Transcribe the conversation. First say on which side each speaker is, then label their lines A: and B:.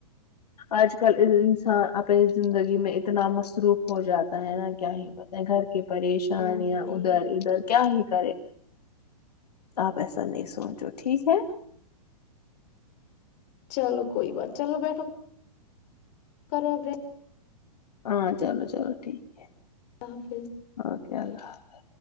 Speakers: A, on the left; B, on the left.
A: آج کل انسان اپنی زندگی میں اتنا مصروف ہو جاتا ہے نا کیا ہی ہوت ہے گھر کہ پریشانیاں
B: ہاں صحیح
A: ادھر
B: ہے
A: ادھر کیا ہے کرے آپ ایسا نہیں س سوچو ٹھیک ہے
B: چلو کوئی بات چلو بیٹھو کرو آب
A: ہاں چلو چلو ٹھیک ہے
B: ححافظ
A: بکے اللہ حافظ